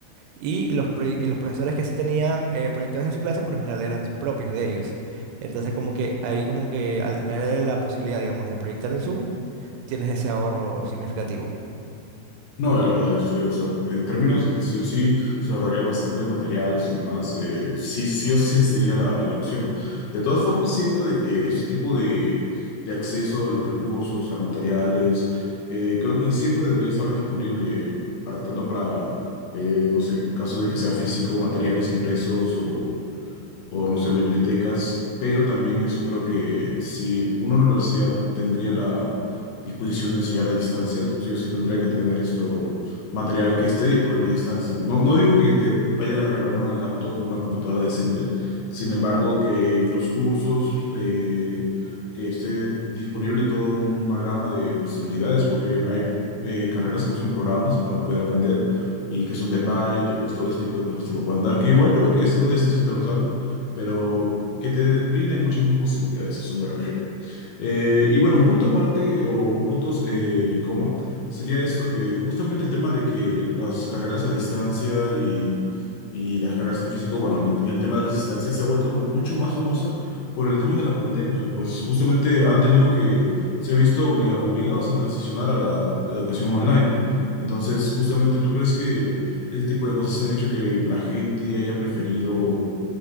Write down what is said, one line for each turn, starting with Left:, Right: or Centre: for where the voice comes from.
Right: y los, proye- y los profesores que sí tenían eh, proyectores en su clase, por lo general eran propios de ellos. Entonces, como que ahí como que al tener la posibilidad, digamos, de proyectar en Zoom, tienes ese ahorro significativo.
Left: No, la verdad es, eh, o sea, en términos de que sí o sí se ahorraría bastante materiales o demás, eh, sí, sí o sí existiría la, la opción. De todas formas, siento de que este tipo de, de acceso a los recursos y a materiales, eh, creo que siempre debería estar disponible para tanto para, eh, no sé, en caso de que sea físico, materiales impresos o no sé, bibliotecas, pero también eso creo que si una universidad tendría la disposición de enseñar a distancia, sí o sí tendría que tener esto, material que esté disponible a distancia. No, no digo que te vayan a arreglar una laptop o una computadora decente, sin embargo, que los cursos, eh, que esté disponible toda una gama de posibilidades, porque hay, hay, eh, carreras que usan programas para poder aprender y que son de paga y que pues todo ese tipo de cosas te lo puedan dar, que igual creo que estando a distancia te los dan, pero que te brinden muchas más posibilidades, a eso me refiero. Eh, y bueno, un punto aparte o un punto eh, y coma sería esto que justamente el tema de que las carreras a distancia y, y las carreras en físico, bueno, en, en el tema de las distancias se ha vuelto mucho más famosa por el tema de la pandemia, pues justamente han tenido que, se ha visto obliga- obligados a transicionar a la a la educación online. Entonces, justamente, ¿tú crees que ese tipo de cosas han hecho que la gente haya preferido